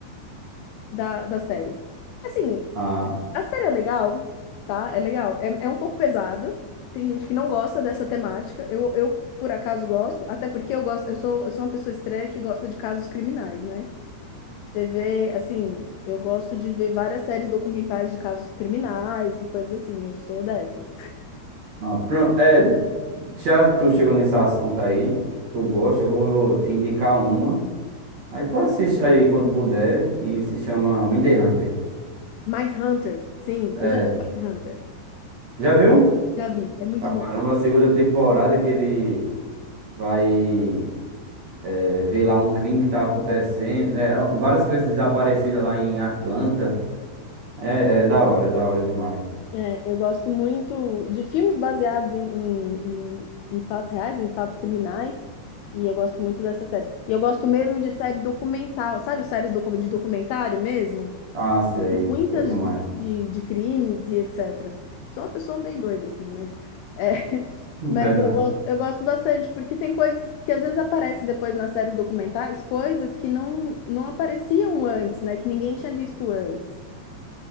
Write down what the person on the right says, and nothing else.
ah,
ah, pronto. É, Já tu chegou nesse assunto aí, tu gosta, eu vou te indicar uma. Aí tu assiste aí quando puder, que se chama Mindy Hunter.
É,
já viu?
Caramba, a segunda temporada que ele vai é, ver lá um crime que tá acontecendo. É, várias crianças desaparecidas lá em Atlanta. É, é da hora, é da hora demais.
Ah, sei,
sei como
é. <laughs>
É, não.